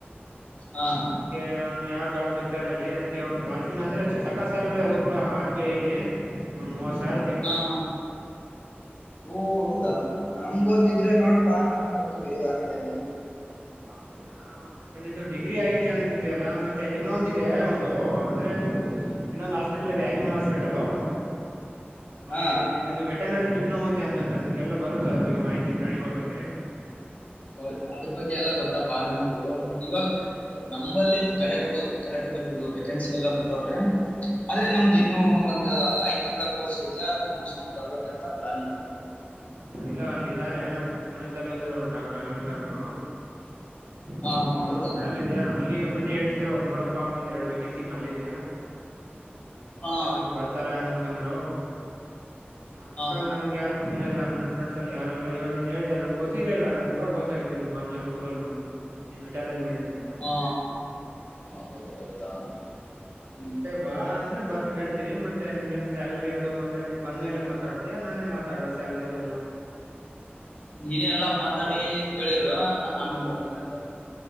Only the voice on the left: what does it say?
ಹಾ
ಹಾ ಹಾ ಓ ಹೌದಾ
ನಮಗೊಂದ ಇದ್ರೆ ನೋಡಪ್ಪಾ ನಾವನ್ ಬರ್ತವಿ ಆ ಕಡೆನೆ
ಹಾ
ಹ ಅದ್ರ ಬಗ್ಗೆ ಎಲ್ಲಾ ಗೊತ್ತಪ್ಪಾ ನಮ್ಗು
ಇವಾಗ
ನಮ್ಮಲ್ಲಿನನು ಕರೆ ಕೊಡ ಕರೆ ಕೊಟ್ಟರ್ ಬಿಡು ವೇಕೆನ್ಸಿ ಎಲ್ಲಾ ಬಿಟ್ಟಾವರೇ ಆದ್ರೆ
ನಮ್ದ್ ಇನ್ನು ಒಂದ್ ಐದ ತಿಂಗಳ ಕೋರ್ಸ್ ಐತೆ ಅದ್ ಮುಸ್ಕೊಂಡ್ ಬರ್ಬೇಕಂತ ಪ್ಲಾನಿಂಗ್
ಹಾ
ಹಾ
ಹೌದಾ
ಹಾ
ಹಾ
ಹಾ ಹ ಹೌದಾ ಹುಂ
ನೀನೆೇ ಎಲ್ಲಾ ಮಾತಾಡಿ ಕೇಳಿರು ನಾನ್ ಆಮೇಲೆ ಬರ್ತೀನಿ ಅಂತ